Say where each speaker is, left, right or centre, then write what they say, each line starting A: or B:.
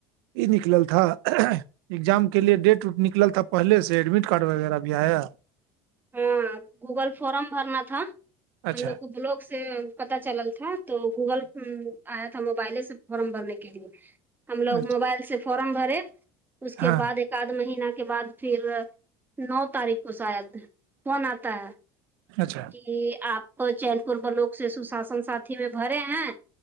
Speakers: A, on the right; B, on the right.
A: یہ نکلل تھا اگزام کے لیے ڈیٹ وٹ نکل تھا پہلے سے ایڈمٹ کارڈ وغیرہ بھی آیا
B: ہاں گوگل فورم بھرنا تھا
A: اچھا
B: ہم لوگ کو بلاگ سے پتا چلل تھا تو گوگل آیا تھا موبائلے سے فارم بھرنے کے لیے ہم لوگ
A: اچھا
B: موبائل سے فارم بھرے اس
A: ہاں
B: کے بعد ایک آدھ مہینہ کے بعد پھر نو تاریخ کو شاید فن آتا ہے
A: اچھا
B: کہ آپ چین پور پر لوگ سے سشاسن ساتھی میں بھرے ہیں